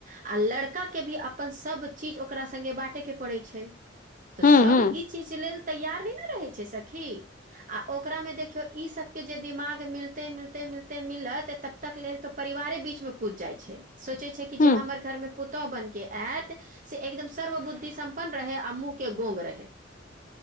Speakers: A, on the right (about 45°); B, on the left (about 45°).
A: आ लड़का के भी अपन सब चीज ओकरा संगे बाटे के पड़े छै तऽ
B: हूं
A: सब
B: हूं
A: ई चीज लेल तैयार नै ने रहै छै सखी आ ओकरामे देखियौ ई सबके जे दिमाग मिलते मिलते मिलते मिलत त तक लेल तऽ परिवारे बीचमे कूद जाइ छै सोचै छै कि
B: हूं
A: जे हमर घरमे पुतहु बनिके आयत से एकदम सर्व बुद्धि सम्पन्न रहै आ मुँह के गोंग रहे